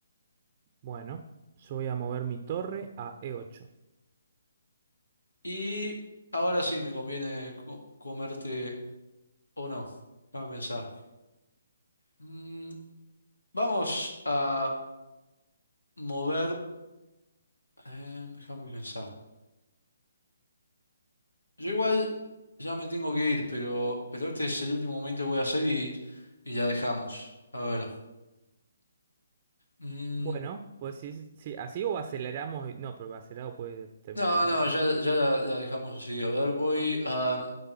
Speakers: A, on the right; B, on the left.
A: Bueno, yo voy a mover mi torre a e ocho.
B: Y ahora sí, me conviene co- comerte o no, déjame pensar. Mm, vamos a mover, eh, déjame pensar. Yo igual ya me tengo que ir, pero, pero este es el último momento que voy a hacer y, y ya dejamos. A ver. Mm,
A: Bueno, pues sí, sí, así o aceleramos. y- No, pero acelerado puede terminar
B: No,
A: en
B: no,
A: cualquier.
B: ya, ya la, la dejamos así. A ver, voy a,